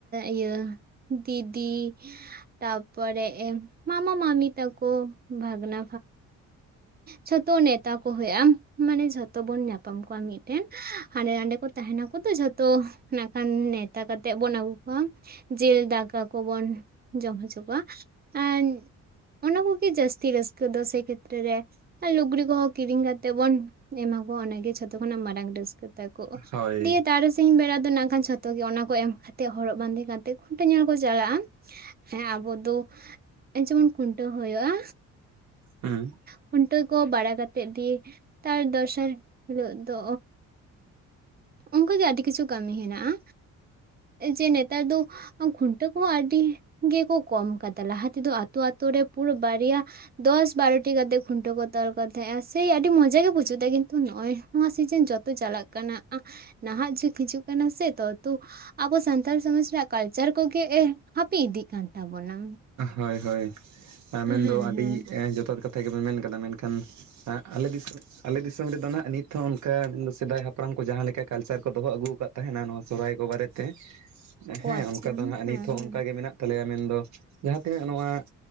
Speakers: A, on the right (about 30°); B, on the right (about 65°).
A: ᱤᱭᱟᱹ ᱫᱤᱫᱤ ᱛᱟᱯᱚᱨᱮ ᱢᱟᱢᱟ ᱢᱟᱢᱤ ᱛᱟᱠᱚ ᱵᱷᱟᱜᱱᱟ ᱡᱷᱚᱛᱚ ᱱᱮᱛᱟ ᱠᱚ ᱦᱩᱭᱩᱜ-ᱟ ᱢᱟᱱᱮ ᱡᱷᱚᱛᱚ ᱡᱚᱛᱚ ᱵᱚᱱ ᱧᱟᱯᱟᱢ ᱠᱚᱣᱟ ᱢᱤᱫᱴᱮᱱ ᱦᱟᱸᱰᱮ ᱱᱟᱰᱮ ᱠᱚ ᱛᱟᱦᱮᱱᱟᱠᱚ ᱛᱚ ᱡᱷᱚᱛᱚ ᱱᱟᱜᱠᱷᱟᱱ ᱱᱮᱣᱛᱟ ᱠᱟᱛᱮᱜ ᱵᱚᱱ ᱟᱹᱜᱩ ᱠᱚᱣᱟ᱾ ᱡᱤᱞ ᱫᱟᱠᱟ ᱠᱚᱵᱚᱱ ᱡᱚᱢ ᱦᱚᱪᱚ ᱠᱚᱣᱟ ᱟᱨ ᱚᱱᱟ ᱠᱚᱜᱮ ᱡᱟᱹᱥᱛᱤ ᱨᱟᱹᱥᱠᱟᱹ ᱫᱚ ᱥᱮ ᱠᱷᱮᱛᱨᱮ ᱨᱮ᱾ ᱟᱨ ᱞᱩᱜᱽᱲᱤ ᱠᱚᱦᱚᱸ ᱠᱤᱨᱤᱧ ᱠᱟᱛᱮᱜ ᱵᱚᱱ ᱮᱢᱟ ᱠᱚᱣᱟ ᱚᱱᱟᱜᱮ ᱡᱷᱚᱛᱚ ᱠᱷᱚᱱᱟᱜ ᱢᱟᱨᱟᱝ ᱨᱟᱹᱥᱠᱟᱹ ᱛᱟᱠᱚ᱾
B: ᱦᱳᱭ
A: ᱫᱤᱭᱮ ᱛᱟᱨᱟᱥᱤᱧ ᱵᱮᱲᱟ ᱫᱚ ᱱᱟᱜ ᱠᱷᱟᱱ ᱡᱷᱚᱛᱚ ᱜᱮ ᱚᱱᱟ ᱠᱚ ᱮᱢ ᱠᱟᱛᱮᱫ ᱦᱚᱨᱚᱜ ᱵᱟᱸᱫᱮ ᱠᱟᱛᱮᱫ ᱠᱷᱩᱱᱴᱟᱹ ᱧᱮᱞ ᱠᱚ ᱪᱟᱞᱟᱜ-ᱟ᱾ ᱦᱮᱸ ᱟᱵᱚ ᱫᱚ ᱡᱮᱢᱚᱱ ᱠᱷᱩᱱᱴᱟᱹᱣ ᱦᱩᱭᱩᱜ-ᱟ᱾
B: ᱦᱮᱸ᱾
A: ᱠᱷᱩᱱᱴᱟᱹᱣ ᱠᱚ ᱵᱟᱲᱟ ᱠᱟᱛᱮ ᱜᱮ ᱛᱟᱨ ᱫᱚᱥᱟᱨ ᱦᱤᱞᱳᱜ ᱫᱚ ᱚᱱᱠᱟᱜᱮ ᱟᱹᱰᱤ ᱠᱤᱪᱷᱩ ᱠᱟᱹᱢᱤ ᱦᱮᱱᱟᱜ-ᱟ ᱡᱮ ᱱᱮᱛᱟᱨ ᱫᱚ ᱠᱷᱩᱱᱴᱟᱹᱣ ᱠᱚᱦᱚᱸ ᱟᱹᱰᱤ ᱜᱮᱠᱚ ᱠᱚᱢ ᱟᱠᱟᱫᱟ ᱞᱟᱦᱟ ᱛᱮᱫᱚ ᱟᱛᱳ ᱟᱛᱳ ᱨᱮ ᱯᱩᱨᱟᱹ ᱵᱟᱨᱭᱟ ᱫᱚᱥ ᱵᱟᱨᱚ ᱴᱤ ᱜᱟᱫᱮ ᱠᱚ ᱠᱷᱩᱱᱴᱟᱹᱣ ᱠᱚ ᱛᱚᱞ ᱠᱚ ᱛᱟᱦᱮᱸᱜᱼᱟ ᱥᱮ ᱟᱹᱰᱤ ᱢᱚᱡᱟ ᱜᱮ ᱵᱩᱡᱩᱜ ᱛᱟᱦᱮᱸᱜ-ᱟ ᱠᱤᱱᱛᱩ ᱱᱚᱜ-ᱚᱭ ᱱᱚᱣᱟ ᱥᱤᱡᱤᱱ ᱡᱚᱛᱚ ᱪᱟᱞᱟᱜ ᱠᱟᱱᱟ ᱱᱟᱦᱟᱜ ᱡᱩᱜᱽ ᱦᱤᱡᱩᱜ ᱠᱟᱱᱟ ᱥᱮ ᱛᱩ ᱟᱵᱚ ᱥᱟᱱᱛᱟᱲ ᱥᱚᱢᱟᱡᱽ ᱨᱮᱭᱟᱜ ᱠᱟᱞᱪᱟᱨ ᱠᱚᱜᱮ ᱮᱜ ᱦᱟᱹᱯᱤᱫ ᱤᱫᱤᱜ ᱠᱟᱱ ᱛᱟᱵᱚᱱᱟ᱾
B: ᱦᱳᱭ ᱦᱳᱭ
A: ᱦᱮᱸ
B: ᱢᱮᱱᱫᱚ ᱟᱹᱰᱤ
A: ᱦᱮᱸ
B: ᱡᱚᱛᱷᱟᱛ ᱠᱟᱛᱷᱟ ᱜᱮᱵᱚᱱ ᱢᱮᱱ ᱠᱟᱫᱟ ᱢᱮᱱᱠᱷᱟᱱ ᱮᱜ ᱟᱞᱮ ᱫᱤᱥᱚᱢ ᱟᱞᱮ ᱫᱤᱥᱚᱢ ᱨᱮᱫᱚ ᱱᱟᱦᱟᱜ ᱱᱤᱛ ᱦᱚᱸ ᱚᱱᱠᱟ ᱥᱮᱫᱟᱭ ᱦᱟᱯᱲᱟᱢ ᱠᱚ ᱡᱟᱦᱟᱸ ᱞᱮᱠᱟ ᱠᱟᱞᱪᱟᱨ ᱠᱚ ᱫᱚᱦᱚ ᱟᱹᱜᱩ ᱟᱠᱟᱫ ᱛᱟᱦᱮᱱᱟ ᱱᱚᱣᱟ ᱥᱚᱦᱦᱟᱭ ᱠᱚ ᱵᱟᱨᱮᱛᱮ,
A: <inaudible>
B: ᱦᱮᱸ
A: ᱟᱪᱪᱷᱟ
B: ᱚᱱᱠᱟ ᱫᱚ ᱱᱟᱦᱟᱜ
A: ᱦᱮᱸ
B: ᱱᱤᱛᱦᱚᱸ
A: ᱦᱮᱸ
B: ᱚᱱᱠᱟᱜᱮ ᱢᱮᱱᱟᱜ ᱛᱟᱞᱮᱭᱟ ᱢᱮᱱᱫᱚ ᱡᱟᱦᱟᱸ ᱛᱤᱱᱟᱹᱜ ᱱᱚᱣᱟ